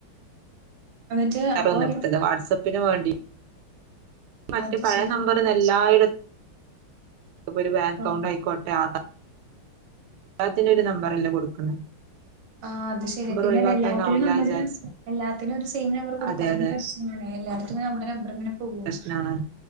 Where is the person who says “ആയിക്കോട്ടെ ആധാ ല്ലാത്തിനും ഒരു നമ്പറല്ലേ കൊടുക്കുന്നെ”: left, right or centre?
Right